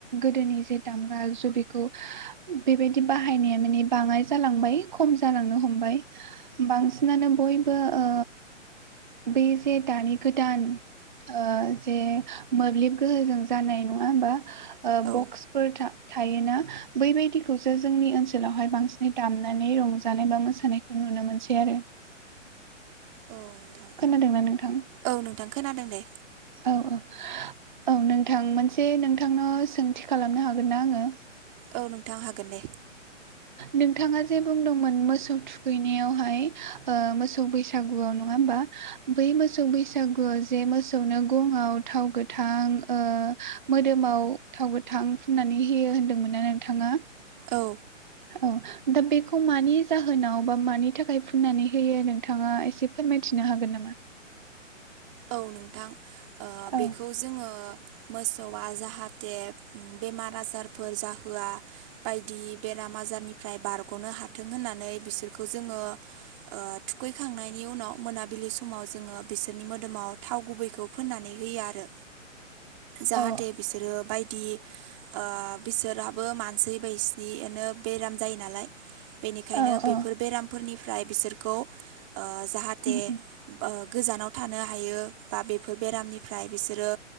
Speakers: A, on the right (about 40°); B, on the right (about 25°).
A: गोदोनि जे दाम दागजु बिखौ बेबायदि बाहायनाया माने बाङाय जालांबाय खम जालांनो हमबाय। बांसिनानो बयबो ओ बे जे दानि गोदान ओ जे मोब्लिब गोहोजों जानाय नङा होमबा ओ
B: औ
A: बक्सफोर था थायोना बैबायदिखौसो जोंनि ओनसोलावहाय बांसिनै दामनानै रंजानाय बा मोसानायखौ नु नुनो मोनसै आरो।
B: औ नोंथां
A: खोनादोंना नोंथां
B: औ नोंथां खोनादों दे।
A: औ औ। औ नोंथां मोनसे नोंथांनाव सोंथि खालामनो हागोन ना आंङो?
B: औ नोंथां हागोन दे।
A: नोंथांङा जे बुंदोंमोन मोसौ थुखैनायावहाय ओ मोसौ बैसागुआव नङा होमबा? बै मोसौ बैसागुआवसो। जे मोसौनो गंआव थाव गोथां ओ मोदोमाव थाव गोथां फुननानै हियो होनदोंमोन ना नोंथाङा
B: औ।
A: औ दा बेखौ मानि जाहोनाव बा मानि थाखाय फुननानै होयो नोंथाङा एसे फोरमायथिनो हाय हागोन नामा?
B: औ नोंथां
A: औ
B: बेखौ ओ जोङो मोसौआ जाहाथे बेमार आजारफोर जाहोआ बायदि बेराम बेराम आजारनिफ्राय बारग'नो हाथों होननानै बिसोरखौ जोङो ओ थुखैखांनायनि उनाव मोनाबिलि समाव जोङो बिसोरनि मोद मोदोमाव थाव गुबैखौ फोननानै होयो आरो जाहाथे
A: औ
B: बिसोरो बायदि। ओ बिसोरहाबो मानसि बायसिनिनो बेराम जायो नालाय बेनिखायनो
A: औ
B: बेफोर
A: औ
B: बेरामफोरनिफ्राय बिसोरखौ ओ जाहाथे
A: उम उम
B: ओ गोजानाव थानो हा बेयो बा बेफोर बेरामनिफ्राय बिसोरो